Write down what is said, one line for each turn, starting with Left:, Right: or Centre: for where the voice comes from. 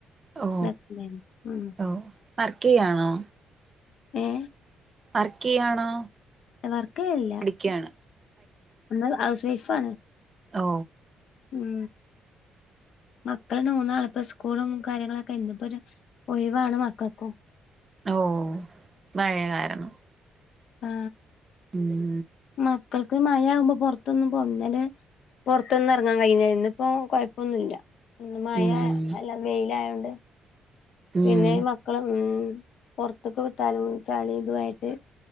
Right: ഓ
Left: ഇതൊക്കെണ്ടായിരുന്നു ഉം
Right: ഓ വർക്കയാണോ
Left: ഏഹ്
Right: വർക്കയ്യാണോ
Left: വർക്കയല്ല
Right: ക്ക്യണ്
Left: എന്നത് ഹൗസ് വൈഫാണ്
Right: ഓ
Left: ഉം മക്കള്ണ്ട് മൂന്നാള് പസ് സ്കൂളും കാര്യങ്ങളൊക്കെ ഇന്ന്പൊരു ഒരു ഒഴവാണ് മക്കക്കും
Right: ഓ മഴയ കാരണം
Left: ആ
Right: ഇം
Left: മക്കൾക്ക് മഴ ആവുമ്പോ പുൊറത്തൊന്നും പോന്തല് പുറത്തൊന്നും എറങ്ങാൻ കഴിഞ്ഞ ഇന്ന ഇപ്പോ കൊഴപ്പൊന്നുല്ല ഇന്ന്മഴ
Right: ഉം
Left: അല്ല വെയിലയതോണ്ട്
Right: ഉം
Left: പിന്നെ ഈ മക്കളെ ഉം പൊറ്ത്ത്ക്ക് വിട്ടാല് ചളി ഇതു ആയിട്ട്